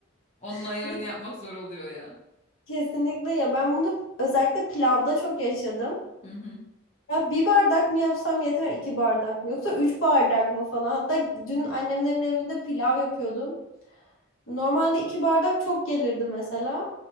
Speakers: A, on the left; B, on the left.
A: Onun
B: <laughs>
A: ayarını
B: Ve
A: yapmak zor oluyor ya.
B: kesinlikle ya ben bunu özellikle pilavda çok yaşadım.
A: Hı hı.
B: Ya bir bardak mı yapsam yeter iki bardak mı yoksa üç bardak mı falan. Hatta dün annemlerin evinde pilav yapıyordum. Normalde iki bardak çok gelirdi mesela.